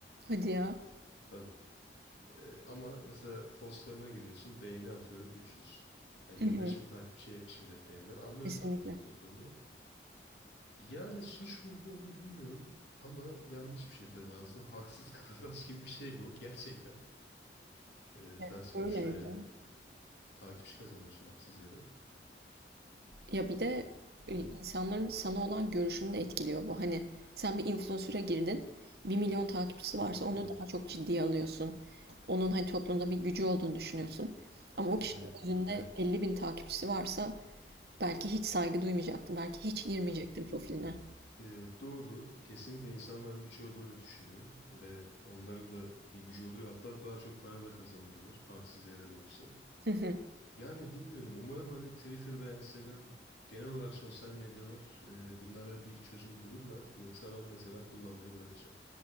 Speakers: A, on the right; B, on the left.
A: Hadi ya.
B: Tabii. Ee, ama mesela postlarına giriyorsun beğeni atıyorum 300. Yirmi
A: Hı hı.
B: beş bin takipçiye yakışmayacak beğeniler. Anlıyorsun
A: Kesinlikle.
B: zaten bot olduğunu. Yani suç mu bu onu bilmiyorum. Ama yanlış bir şey tabii. Aslında haksız <laughs> kazanç gibi bir şey bu gerçekten. Ee,
A: Ya,
B: sen sonuçta
A: öyleydi.
B: yani Takipçi kazanıyorsun haksız yere.
A: Ya bir de
B: Ee,
A: e,
B: hı,
A: insanların sana olan görüşünü de etkiliyor bu. Hani sen bir influencer'a girdin, bir milyon takipçisi varsa onu
B: hı hı.
A: daha çok ciddiye alıyorsun. Onun hani toplumda bir gücü olduğunu düşünüyorsun. Ama o
B: Ee,
A: kişinin özünde
B: evet.
A: elli bin takipçisi varsa belki hiç saygı duymayacaktım. Belki hiç girmeyecektim profiline.
B: Ee, doğru. Kesinlikle insanların birçoğu böyle düşünüyor ve onların da bir gücü oluyor. Hatta daha çok para da kazanıyorlar. Haksız yere de olsa.
A: Hı hı.
B: Yani bilmiyorum. Umarım hani Twitter veya Instagram genel olarak sosyal medyalar e, bunlara bir çözüm bulurlar. Yoksa ben mesela kullanmayı bırakacağım.